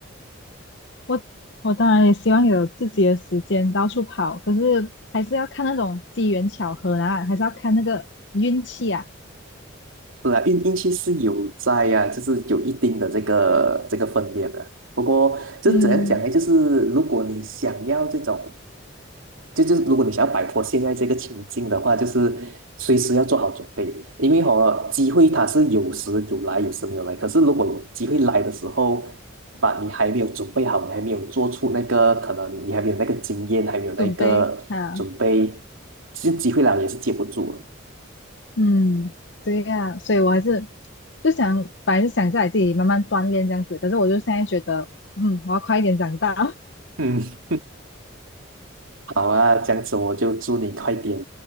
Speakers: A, on the left (about 60°); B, on the right (about 80°).
A: 我我当然也希望有自己的时间到处跑，可是还是要看那种机缘巧合啊，还是要看那个运气啊。
B: 是啊，运运气是有在啊，就是有一定的这个这个分量啊。不过就是怎样讲呢？
A: 嗯，
B: 就是如果你想要这种，就就是如果你想要摆脱现在这个情境的话，就是随时要做好准备，因为哦，机会它是有时有来，有时没有来。可是如果有机会来的时候，把你还没有准备好，你还没有做出那个可能，你还没有那个经验，还没有那个准备，
A: 准备啊，
B: 其实机会来了也是接不住了。
A: 嗯，对呀、所以我还是就想，本来是想在自己慢慢锻炼这样子，可是我就现在觉得，嗯，我要快一点长大。
B: 嗯好啊，这样子我就祝你快点